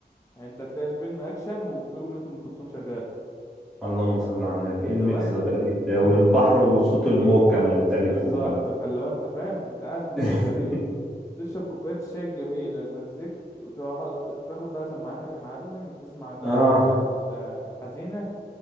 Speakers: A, on the left (about 15°); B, in the centre.
A: يعني انت تلاقي الفيلم اكشن وفي اغنيه ام كلثوم شغاله
B: اللهم صل على النبي ايه الميكس
A: تمام
B: الغريب ده
A: <laughs>
B: والبحر وصوت الموج كمان تالتهم
A: بالظبط
B: بقى
A: فاللي هو انت فاهم انت قاعد في ميكس
B: <laughs>
A: غريب تشرب كوباية الشاي الجميلة مزيكت وتروح تاخد بقى سماعاتك يا معلم تسمع كام
B: اه
A: أغنية ال- الحزينة